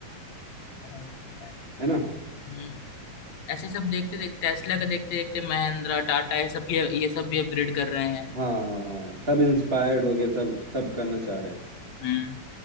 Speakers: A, on the left (about 65°); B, on the right (about 25°).
A: हाँ, ये तो है
B: है ना
A: हम्म ऐसे सब देखते देखते टेस्ला का देखते देखते महिंद्रा टाटा ये सब ये ये सब भी अपग्रेड कर रहे हैं
B: हाँ सब इंस्पायर्ड हो गए सब सब करना चाह रहे हैं
A: हम्म